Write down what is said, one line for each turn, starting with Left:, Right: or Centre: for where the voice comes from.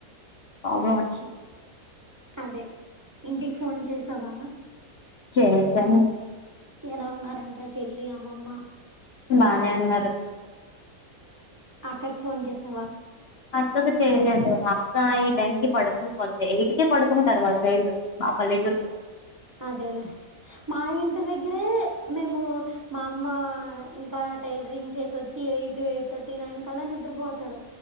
Left: ప్రాబ్లమ్ ఒచ్చింది
Right: అదే ఇంటికి ఫోన్ చేసావా
Left: చేసాను
Right: ఎలా ఉన్నారంటా చెల్లి అమ్మమ్మ
Left: బానే ఉన్నారు
Right: అక్కకి ఫోన్ చేసావా
Left: అక్కకు చేయలేదు అక్క ఈ టైం కి పడుకొంపొద్ది ఎయిటికె పడుకుంటారు వాళ్ళ సైడు ఆ పల్లెటూరు
Right: అదేలే మా ఇంటి దగ్గరే మేము మా అమ్మ ఇంకా టైలరింగ్ చేసి వచ్చి ఎయిట్ ఎయిట్ థర్టీ నైన్ కల్లా నిద్రపోతారు